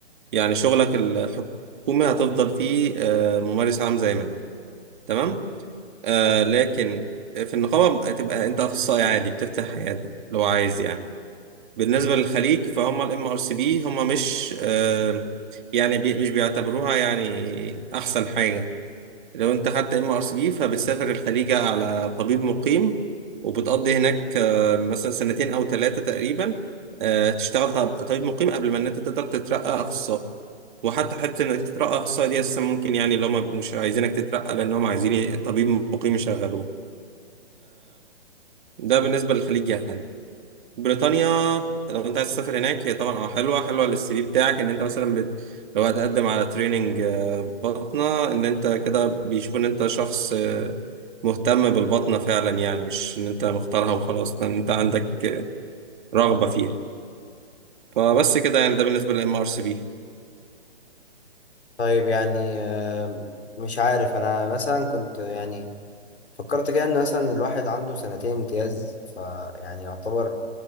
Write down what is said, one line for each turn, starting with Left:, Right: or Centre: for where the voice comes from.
Right: يعني شغلك الحكومي هتفضل فيه آه، ممارس عام زي ما أنت تمام آه، لكن في النقابة تبقى أنت أخصائي عادي بتفتح عيادة لو عايز يعني بالنسبة للخليج فهم الام ار سي بي هم مش آه، يعني بي مش بيعتبروها يعني احسن حاجة لو انت خدت ام ار سي بي فبتسافر الخليج على طبيب مقيم وبتقضي هناك آه، مثلا سنتين او ثلاثة تقريبا آه، تشتغل طب- طبيب مقيم قبل ما ان انت تقدر تترقى اخصائي وحتى حتى انك تترقى اخصائي دي اساسا ممكن يعني اللي هم مش عايزينك تترقى لان هم عايزين طبيب مقيم يشغلوه ده بالنسبة للخليج يعني بريطانيا لو انت عايز تسافر هناك هي طبعا اه حلوه حلوه للسي في بتاعك ان انت مثلا بت... لو هتقدم على تريننج بطنه ان انت كده بيشوف ان انت شخص آه، مهتم بالبطنه فعلا يعني مش ان انت مختارها وخلاص ان انت عندك آه، رغبه فيها فبس كده يعني ده بالنسبه للام ار سي بي
Left: طيب يعني آه، مش عارف انا مثلا كنت يعني فكرت كده ان مثلا الواحد عنده سنتين امتياز فيعني يعتبر